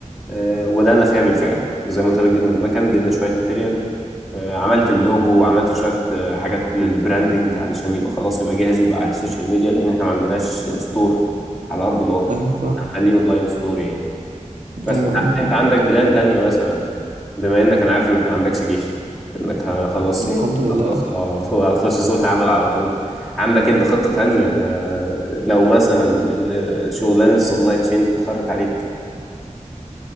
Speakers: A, in the centre; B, on the right (about 85°).
A: آه، وبدأنا فيها بالفعل زي ما قلت لك جبنا المكان جبنا شوية ماتيريال آه، عملت اللوجو وعملت شوية آه، حاجات للبراندنج علشان يبقى خلاص يبقى جاهز يبقى على السوشيال ميديا لأن احنا ما عندناش ستور على أرض الواقع
B: أيوه فاهم
A: هنخليه اونلاين ستور يعني بس
B: أيوه
A: ساعات
B: أيوه فاهم
A: انت عندك بلان تانية مثلا بما انك انا عارف انك ما عندكش جيش انك ه- خلاص
B: الحمد
A: ايه
B: لله
A: خلاص اه <laughs> هتخش سوق العمل على طول عندك انت خطة تانية آه، لو مثلا ال- شغلانة السبلاي تشين اتأخرت عليك